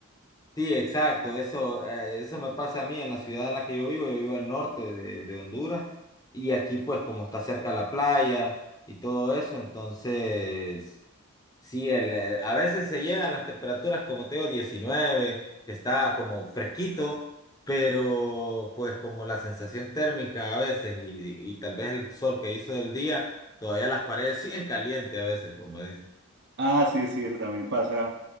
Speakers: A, on the left (about 15°); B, on the right (about 50°).
A: Sí, exacto, eso, eh, eso me pasa a mí en la ciudad en la que yo vivo, yo vivo al norte de, de Honduras y aquí pues como está cerca la playa y todo eso, entonces sí, el, eh, a veces se llegan las temperaturas como te digo 19, que está como fresquito, pero pues como la sensación térmica a veces y, y tal vez el sol que hizo del día, todavía las paredes <laughs> siguen calientes a veces, como dicen.
B: Ah, sí, sí, eso también pasa.